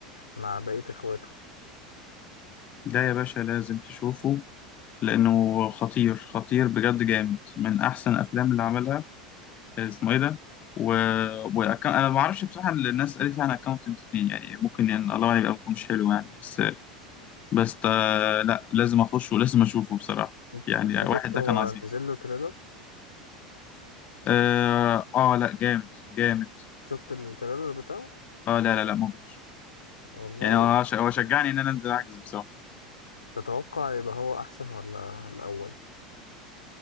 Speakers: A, on the left; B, on the left.
A: مع بقية اخواته
B: ده يا باشا لازم تشوفه لأنه خطير خطير بجد جامد من أحسن الأفلام اللي عملها اسمه إيه ده؟ و... وأك... أنا ما أعرفش بصراحة اللي الناس قالت يعني أكاونتنت اتنين يعني ممكن يعني الله يبقى ممكن مش حلو يعني بس بس آه، لا لازم أخش ولازم أشوفه بصراحة
A: انت
B: يعني
A: أنت
B: واحد
A: شفت
B: ده
A: هو
B: كان عظيم
A: نزل له تريلر
B: آه... آه لا جامد جامد
A: شفت التريلر بتاعه
B: آه لا لا لا مبهر
A: والله
B: يعني هو هو شجعني إن أنا أنزل أعكس بصراحة
A: تتوقع يبقى هو احسن ولا الاول